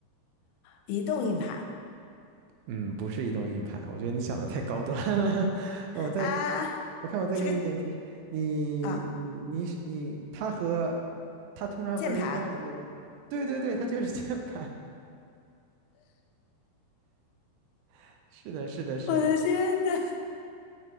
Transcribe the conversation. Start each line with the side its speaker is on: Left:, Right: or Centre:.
Left: 移动硬盘
Right: 嗯，不是移动硬盘，我觉得你想的太高端了，<laughs> 我再
Left: 啊，
Right: 我看我再给你一点提示，
Left: 这个。
Right: 你你你是你，
Left: 啊。
Right: 它和它通常和另外一个东西，
Left: 键盘，
Right: 对对对，它就是 <laughs> 键盘，<laughs> 是的是的是的。
Left: 我的天呐，